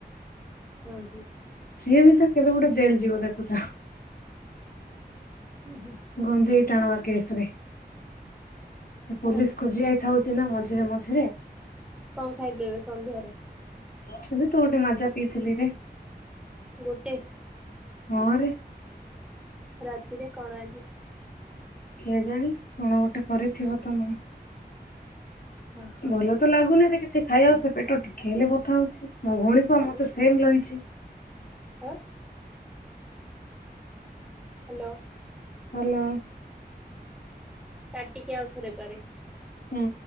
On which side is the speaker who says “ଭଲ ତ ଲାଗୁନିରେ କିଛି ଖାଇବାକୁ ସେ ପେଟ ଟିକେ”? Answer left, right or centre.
Left